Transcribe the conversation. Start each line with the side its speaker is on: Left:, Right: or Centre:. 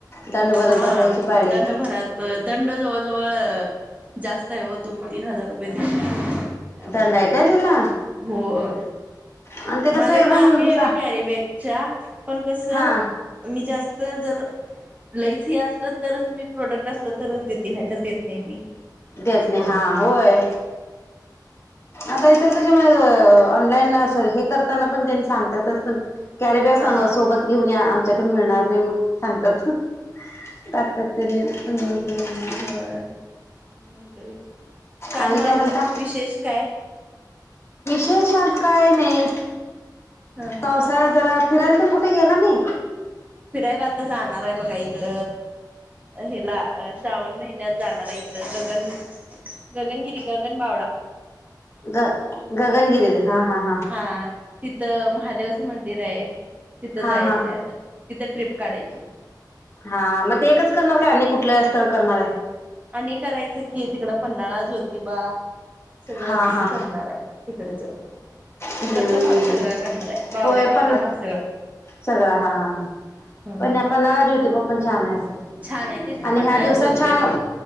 Left: दंड भरत
Right: हा
Left: बसायची पाळी
Right: दंड भरात दंड जवळ जवळ. जास्त आहे हो दोन तीन हजार रुपये त्यामुळे
Left: दंड आहे काय त्याला
Right: होय.
Left: आणि ते
Right: माझ्याकडे
Left: कसं एकदम
Right: आहे
Left: चा
Right: कॅरी बॅगच्या पण कस
Left: हा
Right: मी जास्त जर. लईच हे असलं तरच मी प्रोडक्ट असलं तरच देेते नाही तर देत नाही मी.
Left: देत
Right: असं
Left: नाही
Right: करतोय
Left: हां होय. आता इचलकरंजी मुळं ऑनलाईन सारख. करताना पण त्यां सांगतात कॅरीबॅग
Right: हा
Left: स सोबत. घेऊन या आमच्याकडे मिळणार नाही मग ते सांगतात. <inaudible>
Right: हो म्हण गेली. काय
Left: आणि
Right: मनी
Left: म्हणता
Right: विशेष काय.
Left: शेष आज काय नाही
Right: हा हा
Left: पावसाळ्या जरा फिरायला पण कुठे गेला नाही.
Right: फिरायला आता जाणार आहे बघा इकड. ह्यला अ श्रावण महिन्यात जाणार आहे इकडं गगन गगनगिरी गगन बावडा.
Left: ग गगनगिरीला हां हां
Right: हां तिथं महादेवाचं मंदिर आहे तिथं
Left: हा
Right: जायचंय
Left: हा
Right: आता. तिथं ट्रीप काढायची.
Left: हां मग ते एकच करणार काय आणि कुठलं स्थळ करणार आहे.
Right: आणि करायचं की तिकडं पन्हाळा, जोतीबा सगळंच
Left: हा हा
Right: करणार आहे तिकडचं.
Left: हम्म
Right: तिकडचा भाग सगळा करणार आहे बावड्याकडचा
Left: होय पण
Right: भाग सगळा.
Left: सगळा हां
Right: हम्म
Left: पण पण पन्हाळा, जोतिबा पण छान असं
Right: छान आहे तेच की
Left: आणि
Right: पन्हाळा
Left: ह्या दिवसात
Right: ज्योतिबा
Left: छान